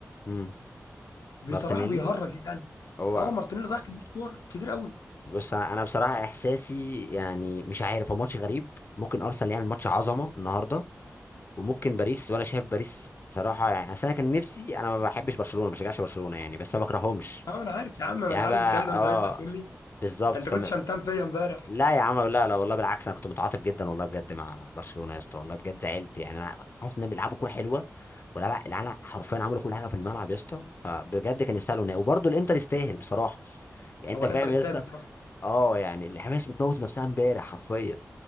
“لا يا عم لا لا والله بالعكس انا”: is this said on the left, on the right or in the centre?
Left